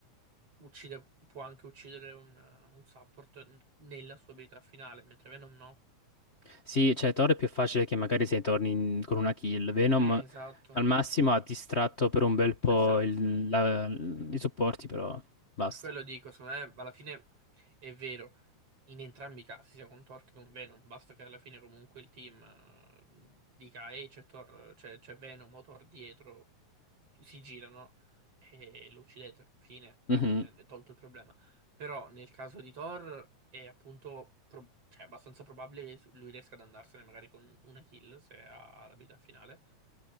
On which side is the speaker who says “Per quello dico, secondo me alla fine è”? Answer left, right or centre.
Right